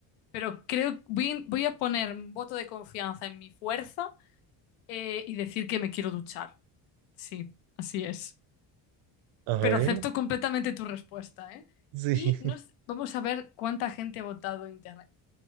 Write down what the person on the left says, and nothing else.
Pero creo, voy, voy a poner un voto de confianza en mi fuerza eh, y decir que me quiero duchar. Sí, así es.
Pero acepto completamente tu respuesta, ¿eh?
Y nos, vamos a ver cuánta gente ha votado internet